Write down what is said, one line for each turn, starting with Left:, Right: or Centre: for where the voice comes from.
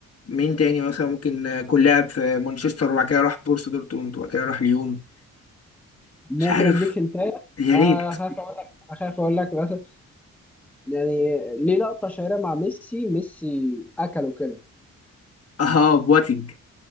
Left: مين تاني مثلا ممكن آه، يكون لاعب في مانشستر وبعد كده راح بورسا دورتموند وبعد كده راح ليون
Centre: ممكن
Left: مش عارف
Centre: اديك انت
Left: يا ريت
Centre: آه خاف اقول لك اخاف اقول لك مثلا يعني ليه لقطة شهيرة مع ميسي ميسي اكله كده
Left: اه بواتينج